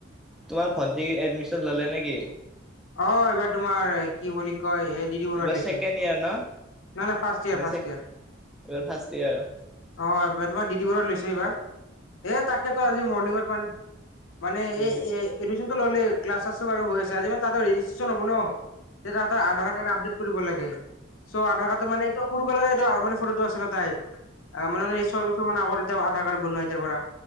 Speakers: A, in the centre; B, on the left.
A: তোমাৰ ভণ্টি এডমিচন ল'লে নে কি
B: অ এইবাৰ তোমাৰ কি বুলি কয় এই ডি টি বৰুৱাত
A: এইবাৰ
B: লৈছে
A: ছেকেণ্ড
B: নাই
A: ইয়াৰ ন
B: নাই ফাৰ্ষ্ট ইয়েৰ
A: নে
B: ফাৰ্ষ্ট
A: এইবাৰ
B: ইয়েৰ
A: ফাৰ্ষ্ট ইয়াৰ
B: অ এবা তোমাৰ ডি টি বৰুৱাত লৈছে এইবাৰ। এ তাকেতো আজি মৰ্ণিঙত মানে মানে এ
A: অ
B: এ এডমিচনটো ল'লেই ক্লাছ চাছ টো বাৰু হৈ আছে। আজি মই তাতো ৰেজিষ্ট্ৰেচন হ'ব ন তে তাহঁতৰ আধাৰ কাৰ্ড আপডেট কৰিব লাগে। চ' আধাৰ কাৰ্ডটো মানে এইটো সৰুকালৰে এইটো মানে সৰু টো আছে ন তাইৰ অ মানে এই ছয় বছৰ মান আগৰ তে আধাৰ কাৰ্ড বনোৱা এতিয়াৰ পৰা